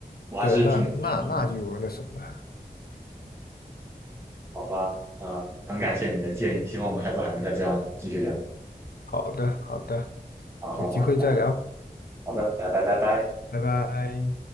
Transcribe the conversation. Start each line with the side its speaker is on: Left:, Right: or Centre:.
Right: 我还是挺实用主义
Left: 对啊，那那那就那什么了。
Right: 好吧？啊、很感谢你的建议，希望我们下次还能再这样继续聊。
Left: 好的，好的，
Right: 好好好，
Left: 有机会再聊，
Right: 拜拜好的，拜拜拜拜。
Left: 拜拜。